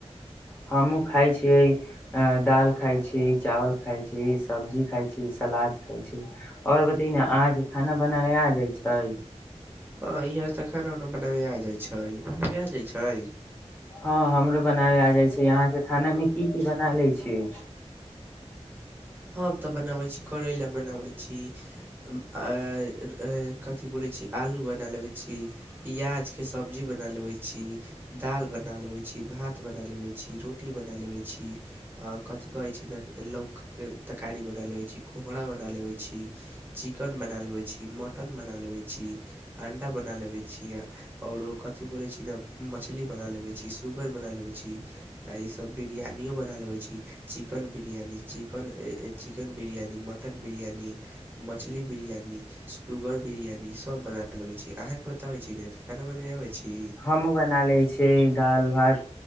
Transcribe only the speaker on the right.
हँ इहाँ तऽ खाना उना बनाबे आ जाइत छै, आ जाय छै।
हम तऽ बनाबैत छी, करैला बनाबैत छी। अ अइ कथी बोलैत छी, आलू बना लेबै छी, प्याजके सब्जी बना लेबै छी, दालि बना लेबै छी, भात बना लेबै छी, रोटी बना लेबै छी, आ कथी कहैत छी ने लौ तरकारी बना लेबैत छी, कोहरा बना लेबैत छी, चिकन बना लेबै छी। मटन बना लेबै छी, अण्डा बना लेबै छी, आओरो कथी बोलै छी ने, मछली बना लेबै छी, सुगर बना लेबै छी, आ ईसब बिरयानियो बना लेबै छी, चिकन बिरयानी। चिकन अ ए चिकन बिरियानी। मटन बिरियानी, मछली बिरियानी, सुगर बिरियानी, सब बना लेबै छी, अहाँके बताबै छी ने, खाना बनाबै आवे छी।